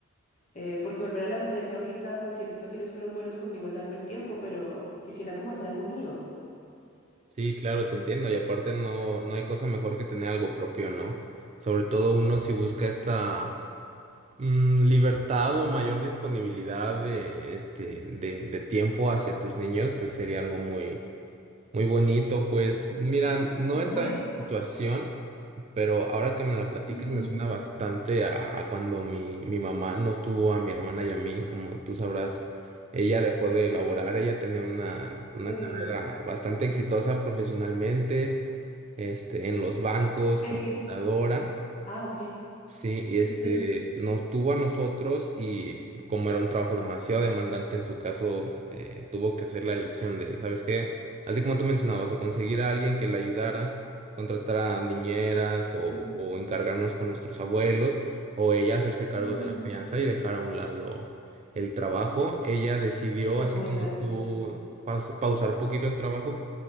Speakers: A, on the left (about 35°); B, on the right (about 30°).
A: eh, porque volver a la empresa ahorita, pues siento que ellos fueron buenos conmigo al darme el tiempo, pero quisiera como hacer algo mío.
B: Sí, claro, te entiendo. Y aparte no, no hay cosa mejor que tener algo propio, ¿no? Sobre todo uno si busca esta mm, libertad o mayor disponibilidad de, este, de, de tiempo hacia tus niños, pues sería algo muy, muy bonito, pues mira, no
A: Bueno.
B: estaba en tu situación, pero ahora que me la platicas
A: ujú,
B: me suena bastante a, a cuando mi, mi mamá nos tuvo a mi hermana y a mí, como tú sabrás, ella dejó de laborar, ella tenía una,
A: Sí.
B: una carrera bastante exitosa profesionalmente, este, en los bancos,
A: En
B: computadora.
A: que, ah, ok.
B: Sí, y
A: Sí,
B: este
A: sí.
B: nos tuvo a nosotros y como era un trabajo demasiado demandante en su caso, eh, tuvo que hacer la elección de, ¿sabes qué? Así como tú mencionabas, o conseguir a alguien que le ayudara, contratar a niñeras o, o
A: mm,
B: encargarnos con nuestros abuelos, o ella hacerse cargo
A: ujú,
B: de la crianza y dejar a un lado el trabajo. Ella decidió,
A: Y tomó
B: así
A: esa
B: como
A: decisión.
B: tú, pas- pausar un poquito el trabajo